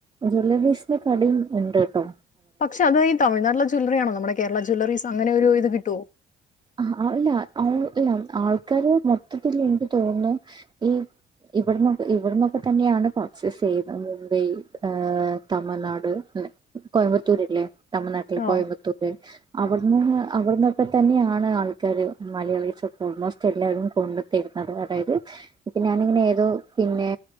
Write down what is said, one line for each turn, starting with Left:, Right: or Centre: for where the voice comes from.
Right: ജ്വല്ലറീസിന്റെ കടീം ണ്ട് ട്ടോ
Left: പക്ഷെ അത് ഈ തമിഴ്നാടിലെ ജ്വല്ലറി ആണോ നമ്മുടെ കേരള ജ്വല്ലറീസ് അങ്ങനെ ഒരു ഇത് കിട്ടോ
Right: ആഹ്‌ അഹ്‌ ല്ല ഔ ല്ല ആൾക്കാര് മൊത്തത്തില് എനിക്ക് തോന്നുന്നു ഈ ഇവിട്ന്നൊ ഇവിട്ന്നൊക്കെ തന്നെയാണ് പർച്ചയ്സ് ചെയ്യുന്നത് മുംബൈ തമിഴ്നാട് ങ്ങനെ കോയമ്പത്തൂര്ല്ലേ തമിഴ്നാട്ടിൽ
Left: ആഹ്.
Right: കോയമ്പത്തൂര് അവിടുന്ന് അവിടുന്നൊക്കെ തന്നെയാ ണ് ആൾക്കാര് മലയാളി സൊക്കെ ഓൾമോസ്റ്റ് എല്ലാവരും കൊണ്ട് തരുന്നത് അതായത് പ്പിന്നെ ഞാനിങ്ങനെ ഏതോ പിന്നെ